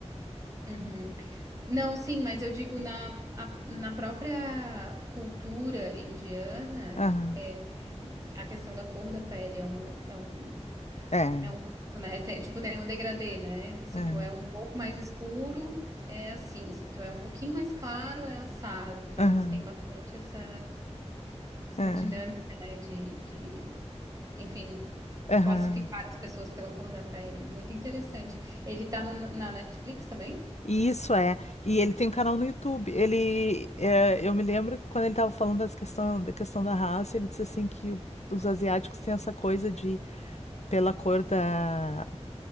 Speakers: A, on the right; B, on the left.
A: Uhum. Não, sim, mas eu digo na, a- na própria cultura indiana,
B: Aham,
A: é, a questão da cor da pele é uma, é um,
B: é,
A: é um, ponto, né? Tem- tipo, tem um degradê, né? Se
B: é,
A: tu é um pouco mais escuro, é assim. Se tu é um pouquinho mais claro, é assado. Então,
B: aham,
A: eles têm bastante essa, essa
B: é,
A: dinâmica, né? De, de, enfim,
B: aham.
A: classificar as pessoas pela cor da pele. Muito interessante. Ele tá no- na Netflix também?
B: e Isso é. E ele tem um canal no YouTube. Ele, é, eu me lembro que quando ele estava falando das questão, da questão da raça, ele disse assim que o- os asiáticos têm essa coisa de, pela cor da,